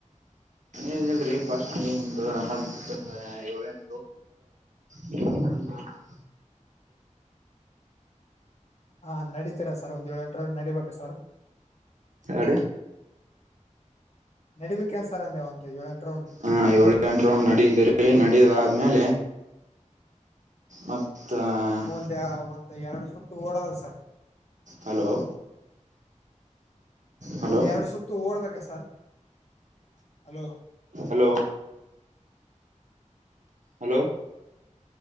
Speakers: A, on the right; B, on the left.
A: ಏಲ್ರಿ ಸ್ಟ್ ಒಂದು ಹ ಏಳ ಎಂ <unintelligible>
B: ಹಾ ನಡಿತೀರಾ ಸರ್ ಒಂದ್ ಏಳ್ ಎಂಟರ್ ನಡೀಬೇಕು ಸರ್
A: ಅ
B: ನಡಡಿಬೇಕಿಕೇನ್ಸರ್ ಅಂದೆ ಒ ಏಂಟ
A: ಹಾ ಏಳ ಎಂಟ ರೌಂಡ್ ನಡಿದರಿ ನಡೀದಾದ ಆದ್ಮೇಲೆ ಮತ್ತ ಹ
B: ಮ ಒಂದ್ ಎರಡು ಸುತ್ತು ಓಡೋದು ಸರ್
A: ಹಲೋ ಹಲೋ
B: ಒಂದ್ ಎರಡು ಸುತ್ತು ಓಡ್ಬೇಕ ಸರ್ ಹಲೋ
A: ಹಲೋ ಹಲೋ